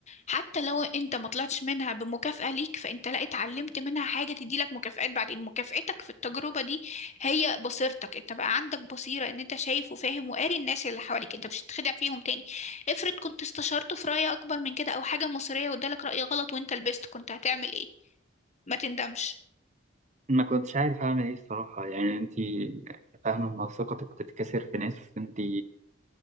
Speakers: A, on the left (about 35°); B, on the right (about 35°).
A: حتى لو انت ما طلعتش منها بمكافأة ليك فانت لا اتعلمت منها حاجة تديلك مكافآت بعدين مكافأتك في التجربة دي هي بصيرتك انت بقى عندك بصيرة ان انت شايف وفاهم وقاري الناس اللي حواليك انت مش هتتخدع فيهم تاني افرض كنت استشرته في رأي اكبر من كده او حاجة مصيرية وادالك رأي غلط وانت لبست كنت هتعمل ايه ما تندمش
B: ما كنتش عارف اعمل ايه الصراحه يعني انت فاهمه لما ثقتك بتتكسر في ناس انت